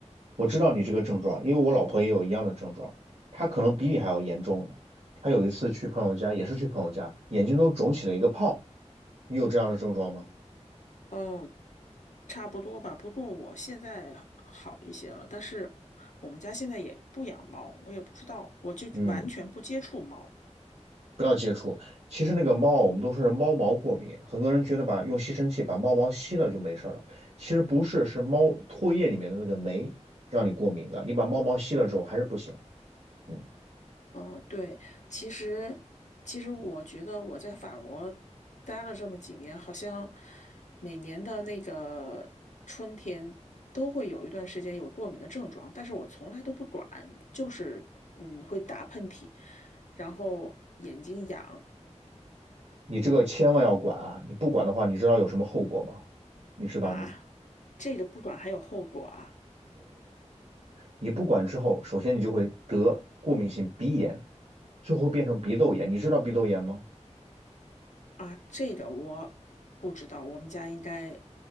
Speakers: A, on the right (about 65°); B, on the left (about 85°).
A: 我知道你这个症状，因为我老婆也有一样的症状，她可能比你还要严重呢。她有一次去朋友家，也是去朋友家，眼睛都肿起了一个泡。你有这样的症状吗？
B: 哦，差不多吧。不过我现在好一些了，但是我们家现在也不养猫，我也不知道，我就完全不接触猫。
A: 嗯，不要接触。其实那个猫，我们都说是猫毛过敏，很多人觉得吧，用吸尘器把猫毛吸了就没事儿了。其实不是，是猫唾液里面的那个酶让你过敏的。你把猫毛吸了之后还是不行。嗯，
B: 嗯，对，其实其实我觉得我在法国待了这么几年，好像每年的那个春天都会有一段时间有过敏的症状，但是我从来都不管，就是嗯会打喷嚏，然后眼睛痒，
A: 你这个千万要管啊！你不管的话，你知道有什么后果吗？你知道吗？
B: 啊，这个不管还有后果啊
A: 你不管之后，首先你就会得过敏性鼻炎，最后变成鼻窦炎。你知道鼻窦炎吗？
B: 啊，这个我不知道，我们家应该